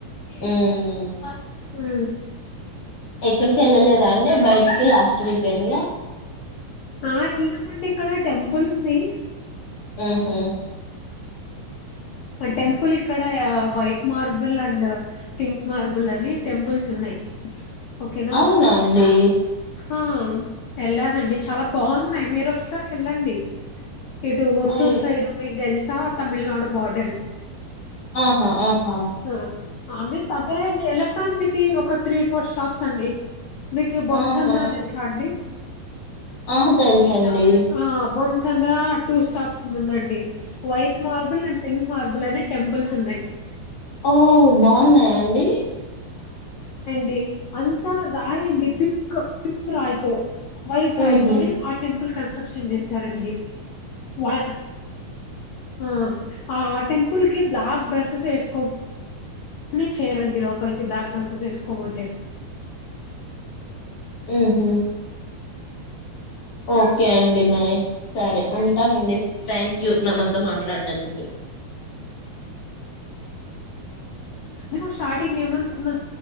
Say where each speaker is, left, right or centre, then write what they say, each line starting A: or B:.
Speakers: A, on the left; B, on the left.
A: ఉం
B: ఉం
A: ఎక్కడికి ఎళ్ళలేదా అండి బయటికి లాస్ట్ వీకెండ్ ల
B: ఆ ఎళ్ళామండి ఇక్కడ టెంపుల్ ఉంది
A: ఓహో
B: టెంపులిక్ క్కడ white marble and pink marble అని టెంపుల్స్ ఉన్నయ్ ఓకేనా
A: అవునా అండి
B: ఆ వెళ్ళానండి చాలా బాగున్నాయి మీరు ఒకసారి ఎళ్ళండి ఇటు ఒసూర్
A: అయ్యో
B: సైడ్ మిక్ తెల్సా తమిళనాడు బార్డర్
A: ఆహా ఆహా
B: అ ఆ మీక్ దగ్గరే అండీ ఎలక్ట్రాన్ సిటి ఒక త్రి ఫోర్ స్టాప్స్ అండీ మీకు బోంసద్రం
A: ఆహా
B: తెల్సా అండీ
A: ఆ తెలుసండి
B: ఆ బోం సంద్రా టూ స్టాప్స్ ముందండి వైట్ మార్బుల్ అ మార్బుల్ అనే టెంపుల్స్ ఉన్నయి
A: ఒ బాగున్నాయండి
B: డి అంతా రాయండి పింక్ పింక్ రాయితో వైట్ రాయి
A: ఊహు
B: తోనే ఆ టెంపుల్ కన్స్ట్రక్షన్ చేసారండి వా ఆ ఆ టెంపుల్ కి బ్లాక్ డ్రెస్సెస్ వేసుకో ని చేయరండి లోపలికి బ్లాక్ డ్రెస్సెస్ వేసుకోపోతే
A: ఉహు ఓకే అండి మరి సరే ఉంటానండి థ్యాంక్ యూ నామతో మాట్లాడినందుకు
B: నువ్ స్టార్టింగ్ ఏమనుకున్నాం